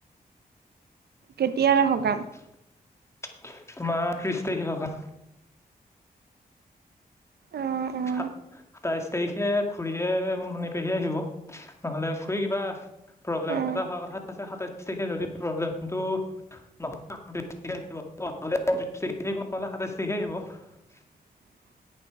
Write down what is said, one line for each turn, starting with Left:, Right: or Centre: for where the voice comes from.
Right: কেতিয়াৰে সকাম।
Left: <inaudible> তোমা ত্ৰিশ তাৰিখে সকা-
Right: অ অ
Left: সাত সাতাইশ তাৰিখে খুৰীয়ে মনি পেহীয়ে আহিব। নহ'লে ফুৰি কিবা প্ৰব্লেম
Right: অ
Left: এটা হোৱা কথা আছে সাতাইছ তাৰিখে যদি প্ৰব্লেমটো- নহলে তাৰিখ আহিব নালাগে নহলে পচিশ তাৰিখে আহিব নহ'লে সাতাইছ তাৰিখে আহিব।
Right: <inaudible>